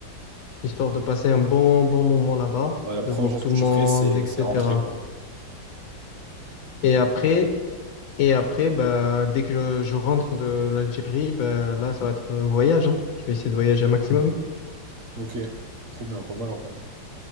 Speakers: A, on the left; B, on the right.
A: histoire de passer un bon, bon moment là-bas,
B: Ouais, la première
A: de voir
B: chose
A: tout
B: que
A: le
B: tu
A: monde,
B: ferais, c'est
A: etc.
B: c'est rentrer, quoi.
A: Et après, Et après, bah, dès que je, je rentre de l'Algérie, bah, là, ça va être euh, voyage. hein. Je vais essayer de voyager un maximum.
B: Ok, trop bien, pas mal en vrai. hein.